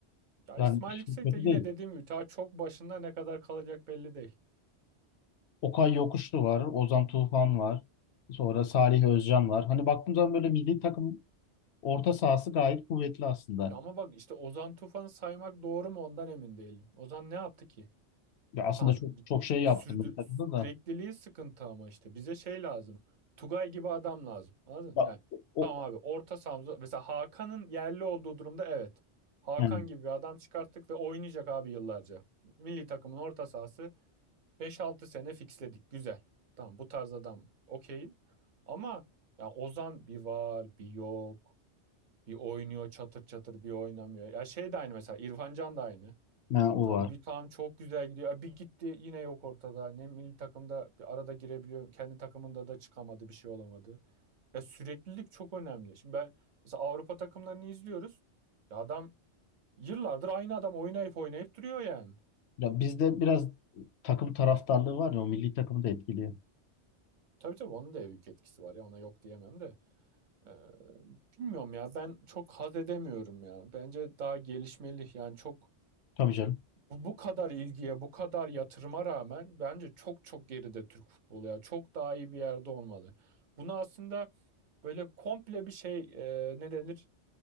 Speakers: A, on the right (about 45°); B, on the left (about 70°).
A: Ya
B: Yani
A: İsmail
B: işin
A: Yüksek
B: kötü
A: de yine
B: değil.
A: dediğim gibi ta çok başında ne kadar kalacak belli değil.
B: Okay Yokuşlu var. Ozan Tufan var. Sonra Salih Özcan var. Hani baktığım zaman böyle milli takım orta sahası gayet kuvvetli aslında.
A: Ya ama bak işte Ozan Tufan'ı saymak doğru mu ondan emin değilim. Ozan ne yaptı ki?
B: Ya aslında
A: Tam
B: çok
A: bir,
B: çok
A: bir
B: şey yaptım
A: sürdür-
B: milli takımda da.
A: sürekliliği sıkıntı ama işte bize şey lazım. Tugay gibi adam lazım. Anladın? mı?
B: Ya,
A: Yani
B: o,
A: tamam abi orta sahamıza mesela Hakan'ın yerli olduğu durumda evet. Hakan
B: yani,
A: gibi bir adam çıkarttık ve oynayacak abi yıllarca. Milli takımın orta sahası beş altı sene fixledik. Güzel. Tamam bu tarz adam okeyim. Ama ya Ozan bir var bir yok. Bir oynuyor çatır çatır bir oynamıyor. Ya şey de aynı mesela İrfan Can da aynı.
B: ha, o
A: Tam
B: var.
A: bir tam çok güzel gidiyor. E, Bir gitti yine yok ortada. Ne milli takımda bir arada girebiliyor. Kendi takımında da çıkamadı. Bir şey olamadı. Ya süreklilik çok önemli. Şimdi ben mesela Avrupa takımlarını izliyoruz. Ya adam yıllardır aynı adam oynayıp oynayıp duruyor yani.
B: Ya bizde biraz takım taraftarlığı var ya o milli takımı da etkiliyor.
A: Tabii tabii onun da büyük etkisi var ya ona yok diyemem de. Ee, bilmiyorum ya ben çok haz edemiyorum ya. Bence daha gelişmeli yani çok
B: Tabii canım.
A: Bu bu kadar ilgiye, bu kadar yatırıma rağmen bence çok çok geride Türk futbolu ya. Çok daha iyi bir yerde olmalı. Bunu aslında böyle komple bir şey e, ne denir?